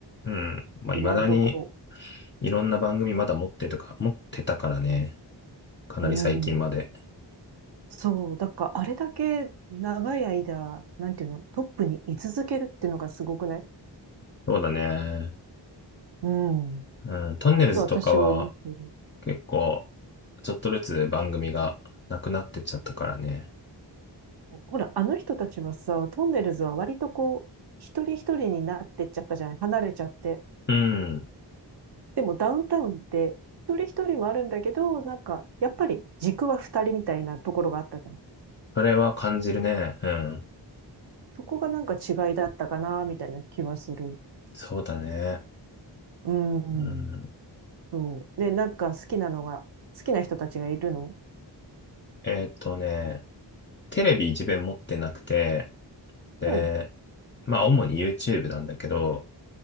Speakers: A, on the left (about 25°); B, on the right (about 60°).
A: うん。まあ、
B: 今んとこ。
A: 未だに、いろんな番組まだ持ってとか、持ってたからね。かなり最近まで。
B: うん。そう。だから、あれだけ長い間、なんていうの、トップに居続けるっていうのがすごくない
A: そうだね。
B: うん。
A: うん、トンネルズとかは、
B: と私は思っている。
A: 結構、ちょっとずつ番組がなくなってっちゃったからね。
B: ほら、あの人たちはさ、トンネルズは割とこう、一人一人になってっちゃったじゃない離れちゃって。
A: うん。
B: でもダウンタウンって一人一人もあるんだけど、なんか、やっぱり軸は二人みたいなところがあったじゃん。
A: それは感じるね。うん。
B: そこがなんか違いだったかな、みたいな気はする。
A: そうだね。
B: うん。
A: うん。
B: そう。で、なんか好きなのが、好きな人たちがいるの
A: えーっとね、テレビ一面持ってなくて、で、
B: うん、
A: まあ主に YouTube なんだけど、